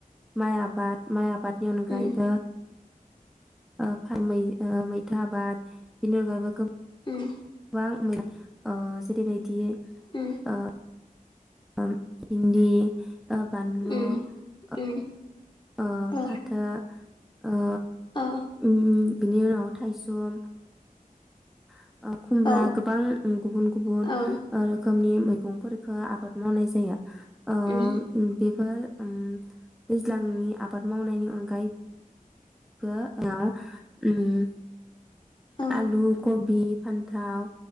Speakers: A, in the centre; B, on the left (about 35°).
A: माइ आबाद माइ आबादनि अनगायैबो
B: उम उम
A: ओ फा मै ओ मैथा आबाद बेनि अनगायैबो गोबां
B: उम
A: बां मोन ओ जेरैबायदि ओ
B: उम
A: ओम भिन्दि ओ बानलु
B: उम
A: ओ
B: उम
A: ओ
B: औ
A: फाथो ओ
B: औ
A: ओम। बिनि उनाव थायसुम <inaudible> ओ खुमब्रा
B: औ
A: गोबां गुबुन गुबुन
B: औ
A: ओ रोखोमनि मै गंफोरफोरखो आबाद मावनाय जायो। ओ
B: उम
A: बेफोर उम दैज्लांनि आबाद मावनायनि अनगायैबो <unintelligible> उम।
B: उम औ
A: आलु कबि बि फान्थाव